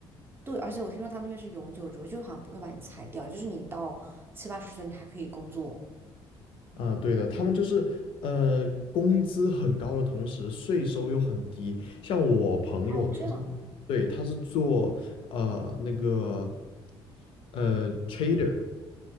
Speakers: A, on the right (about 20°); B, on the left (about 60°).
A: 对，而且我听说他们那边是永久职位，就好像不会把你裁掉，就是你到七八十岁你还可以工作。
B: 啊，对的，他们就是呃，工资很高的同时，税收又很低。像我朋友，
A: 哦，
B: 他是，
A: 这样的。
B: 对，他是做呃那个呃 trader，